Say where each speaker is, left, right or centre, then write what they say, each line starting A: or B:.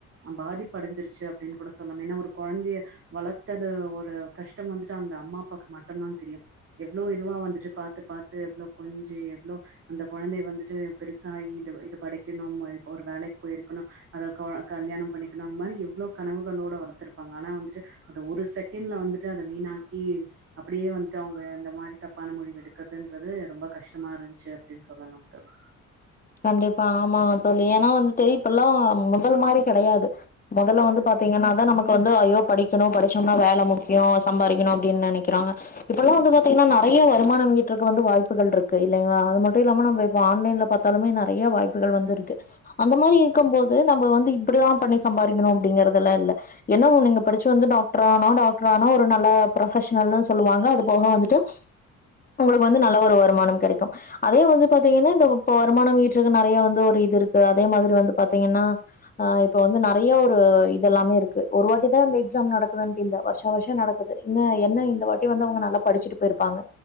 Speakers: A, on the right; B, on the left.
A: பாதிப்படஞ்சுருச்சு அப்டின் கூட சொல்லாம் ஏன்னா ஒரு கொழந்தைய வளத்தது ஒரு கஷ்டம் வந்துட்டு அந்த அம்மா அப்பாக்கு மட்டுந்தா தெரியும் எவ்ளோ இதுவா வந்துட்டு பாத்து பாத்து எவ்ளோ கொஞ் சி எவ்ளோ அந்த கொழந்தை வந்துட்டு பெருசா இது இது படிக்கணும் ஒரு வேலைக் போயிருக்கணு அத கொழ கல்யாணம் பண்ணிக்கணு அந்த மாரி எவ்ளோ கனவுகளோட வளத்துருப்பாங்க ஆனா வந்துட்டு அத ஒரு செகண்ட்ல வந்துட்டு அத வீணாக்கி அப்புடியே வந்துட்டு அவங்க அந்த மாரி தப் தப்பான முடிவு எடுக்குறதுன்றது ரொம்ப கஷ்டமா இருந்துச்சு அப்டின் சொல்லலாம் தோழி
B: கண்டிப்பா ஆமா தோழி எனா வந்துட்டு இப்பல்லா மொதல் மாரி கெடையாது முதல்ல வந்து பாத்தீங்கன்னாதா நமக் கு வந்து ஐய்யோ படிக்கணு படிச்சோம்னா வேல முக்யோ சம்பாரிக்கணும் அப்டின் நனைக்கிறாங்க இப்பெல்லா வந்து பாத்தீங்கன்னா நறைய வருமான மீட்றதுக்கு வந்து வாய்ப்புகள் இருக்கு இல்லைங்ளா அது மட்டும் இல்லாம நம்ம இப்போ ஆன்லைன்ல பாத் தலுமே நறைய வாய்ப்புகள் வந்து இருக்கு அந்த மாரி இருக்கும் போது நம்ம வந்து இப்டிதா பண்ணி சம்பாரிக்கணும் அப்டிங்கறது எல்லா இல்ல என்னா ஒன்னு நீங்க படிச்சு வந்து டாக்டர் ஆனா டாக்டர் ஆனா ஒரு நல்ல ப்ரொபஷனல்னு சொல்லுவாங்க அது போக வந்துட்டு உங்ளுக்கு வந்து நல்ல ஒரு வருமானம் கெடைக்கும் அதே வந்து பாத்தீங்கன்னா இந்த இப்போ வருமானம் ஈட்டுருக்கு நறைய வந்து ஒரு இது இருக்கு அதே மாதிரி வந்து பாத்தீங்கன்னா ஆ இப்ப வந்து நறையா ஒரு இது எல்லாமே இருக்கு ஒரு வாட்டி தா இநத் எக்ஸாம் நடக் குட்டு இல்ல வருஷ வருஷம் நடக்குது இன்ன என்ன இந்த வாட் டி வந்து அவுங்க நல்லா படிச்சுட்டு போயிருப்பாங்க